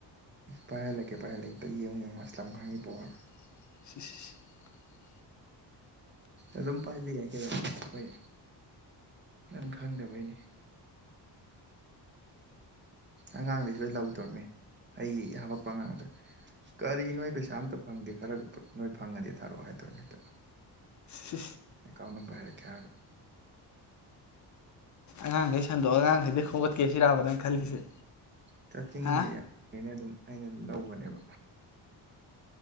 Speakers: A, on the right (about 25°); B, on the left (about 45°).
A: ꯄꯥꯏꯍꯜꯂꯛꯀꯦ ꯄꯥꯏꯍꯜꯂꯛꯦꯇ ꯌꯦꯡꯉꯨ ꯌꯦꯡꯉ ꯑꯁꯂꯝ ꯈꯥꯒꯤ ꯄꯋꯥ
B: <unintelligible>
A: ꯑꯗꯨꯝ ꯄꯥꯏꯕꯤ ꯌꯥꯏ ꯀꯗꯣ ꯑꯩꯈꯣꯏ ꯅꯪ ꯈꯪꯗꯕꯩꯅꯤ ꯑꯉꯥꯡꯗꯩꯁꯨ ꯑꯩ ꯂꯧꯗꯣꯔꯅꯦ ꯑꯩ ꯍꯥꯄꯛꯄ ꯑꯉꯥꯡꯗ ꯀꯔꯤ ꯅꯣꯏ ꯄꯩꯁꯥ ꯑꯝꯇ ꯐꯪꯗꯦ ꯈꯔ ꯅꯣꯏ ꯐꯪꯉꯗꯤ ꯊꯥꯔꯛꯑꯣ ꯍꯥꯏꯗꯣꯏꯔꯦ ꯃꯤꯇ
B: ꯁꯤ
A: ꯀꯅꯕ ꯍꯥꯏꯔꯛꯀꯦ ꯍꯥꯏꯒ
B: ꯑꯉꯥꯡꯈꯩ ꯁꯟꯗꯣꯛꯑꯣ ꯑꯉꯥꯡꯈꯩꯗꯤꯩ ꯈꯣꯒꯠꯀꯦ ꯁꯤꯔꯥꯔꯕꯅ ꯈꯜꯂꯤꯁꯦ
A: ꯇ꯭ꯔꯀꯤꯡꯗꯤ
B: ꯍꯥ
A: ꯌꯥꯅꯦ ꯑꯗꯨꯝ ꯑꯩꯅ ꯑꯗꯨꯝ ꯂꯧꯒꯅꯦꯕ